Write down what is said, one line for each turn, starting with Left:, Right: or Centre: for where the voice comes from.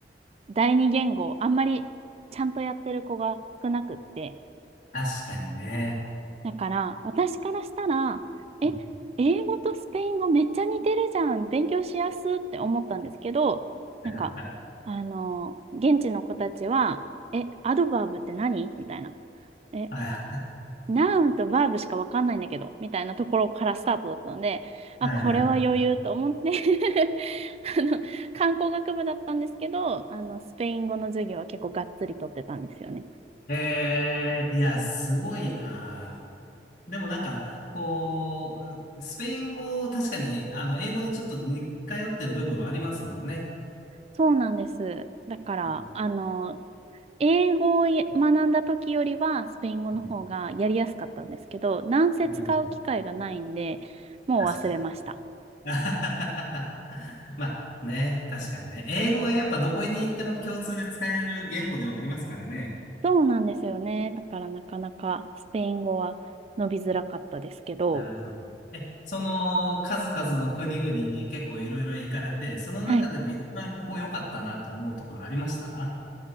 Right: 第二言語あんまりちゃんとやってる子が少なくって。
Left: 確かにね。
Right: だから私からしたら、え、
Left: うん
Right: 英語とスペイン語めっちゃ似てるじゃん。勉強しやすって思ったんですけど、なんか、
Left: はいはいは
Right: あの、現地の子たちは、え、アドバーブって何みたいな。え、
Left: い。
Right: ナウンとバーブしかわかんないんだけど、みたいなところからスタートだったので、あ、
Left: はいはいは
Right: これは余裕と思って <laughs> あの、観光学部だったんですけど、あの、スペイン語の授業は結構がっつり取ってたんですよね。
Left: い。えー、いや、すごいな。でもなんか、こう、スペイン語、確かに、あの、英語にちょっと似通ってる部分はありますもんね。
Right: そうなんです。だから、
Left: うん、
Right: あの、英語をや学んだ時よりは、スペイン語の方がやりやすかったんですけど、
Left: うん
Right: なんせ使う機会がないんで、
Left: なんか
Right: もう忘れました。
Left: 確かにね。<laughs> まあね、確かにね。英語はやっぱどこに行っても共通で使える言語ではありますからね。
Right: そうなんですよね。だからなかなかスペイン語は伸びづらかったですけど、
Left: なるほど。え、その数々の国々に結構いろいろ行かれて、その中でも一番ここ良かったなって思うところありました
Right: はい